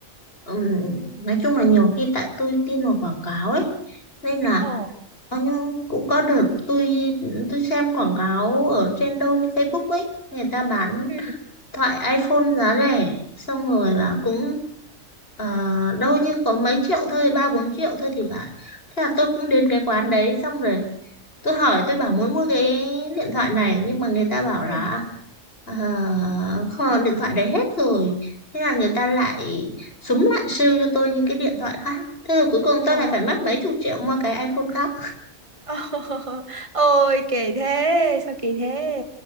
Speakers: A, on the left; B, on the right.
A: ừm,
B: ừ.
A: nói chung là nhiều khi tại tôi tin vào quảng cáo ấy nên là
B: ồ
A: có những cũng có đợt tôi tôi xem quảng cáo ở trên đâu như Facebook ấy người ta bán
B: ừ.
A: thoại iPhone giá rẻ xong rồi là cũng ờ, đâu như có mấy triệu thôi ba bốn triệu thôi thì phải thế là tôi cũng đến cái quán đấy xong rồi tôi hỏi tôi bảo muốn mua cái điện thoại này nhưng mà người ta bảo
B: Ừ.
A: là À, kho- điện thoại đấy hết rồi thế là người ta lại súng lại sale cho tôi những cái điện thoại khác thế rồi cuối cùng tôi
B: ồ
A: lại phải mất mấy chục triệu mua cái iPhone khác
B: <laughs> Ôi kỳ thế sao kỳ thế